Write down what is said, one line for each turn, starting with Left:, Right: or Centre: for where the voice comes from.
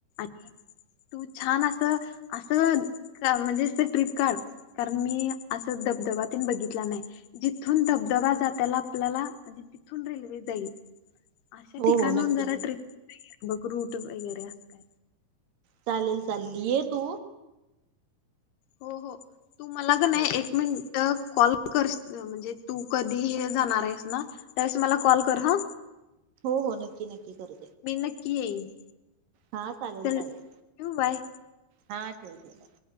Left: तू छान अस असं म्हणजे ट्रिप काढ कारण मी असं धबधबातने बघितला नाही जिथून धबधबा जात्याला आपल्याला म्हणजे तिथून रेल्वे जाईल अशा
Right: हो
Left: ठिकाणहून
Right: हो नक्की
Left: जरा
Right: नक्की
Left: ट्रिप बघ र्रूट वगैरे असतय
Right: चालेल चालेल ये तू
Left: हो हो तू मला का नाही
Right: हो
Left: एक मिनट कॉल कर म्हणजे तू कधी हे जाणार आहेस ना त्या वेळेस मला कॉल कर ह
Right: हो नक्की नक्की करेल
Left: मी नक्की येईन
Right: हा चालेल
Left: चल
Right: चालेल
Left: ठेवू बाय
Right: हा <inaudible>